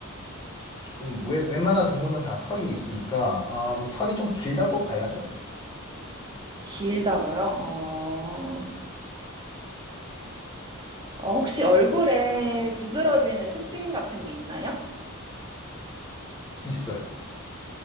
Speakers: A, on the left (about 20°); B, on the right (about 20°).
A: 좀 웬- 웬만한 동물은 다 털이 있으니까 음, 털이 좀 길다고 봐야죠.
B: 길다고요? 어, 어, 혹시 얼굴에 두드러지는 특징 같은 게 있나요?
A: 있어요.